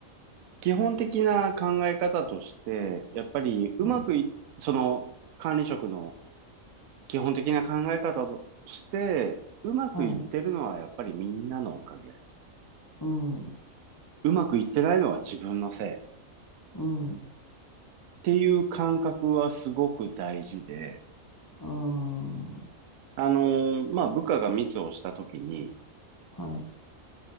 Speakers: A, on the right; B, on the left.
A: 基本的な考え方として、やっぱりうまくい、
B: はい。
A: その管理職の基本的な考え方として、うまくいってるのはやっぱりみんなのおかげ。
B: はい。うん。うん。
A: うまくいってないのは自分のせい。
B: う
A: ていう感覚はすごく大事で、
B: ーん。
A: あのーまあ、部下がミスをしたときに、
B: はい。